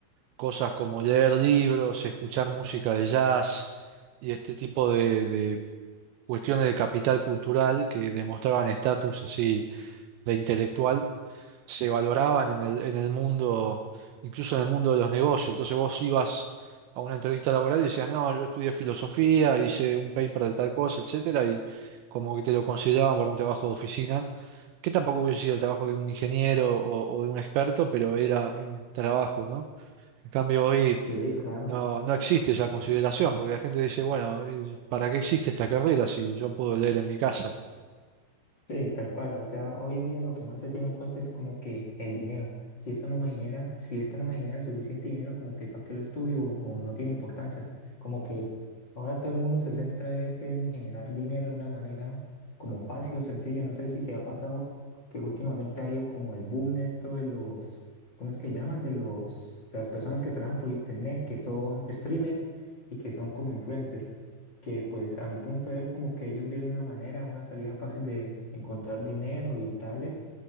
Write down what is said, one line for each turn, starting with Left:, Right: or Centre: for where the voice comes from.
Right: cosas como leer libros, escuchar música de jazz y este tipo de, de cuestiones de capital cultural que demostraban estatus así de intelectual se valoraban en el, en el mundo, incluso en el mundo de los negocios. Entonces vos ibas a una entrevista laboral y decías, no, yo estudié filosofía, hice un paper de tal cosa, etcétera, y como que te lo consideraban para un trabajo de oficina, que tampoco hubiese sido el trabajo de un ingeniero o, o de un experto, pero era un trabajo, ¿no? En cambio hoy
Left: Sí, claro,
Right: no, no existe esa consideración, porque la gente dice, bueno, ¿y ¿para qué existe esta carrera si yo puedo leer en mi casa?
Left: sí, tal cual. O sea, hoy en día lo que más se tiene en cuenta es como que el dinero. Si esto no me genera, si esto no me genera el suficiente dinero, como que para qué lo estudio o no tiene importancia. Como que ahora todo el mundo se centra es en generar dinero de una manera como fácil o sencilla. No sé si te ha pasado que últimamente ha habido como el boom de esto de los, ¿cómo es que llaman? De los, de las personas que trabajan por internet, que son streamer y que son como influencer. que pues a mi punto de ver como que ellos vieron una manera, una salida fácil de encontrar dinero y tales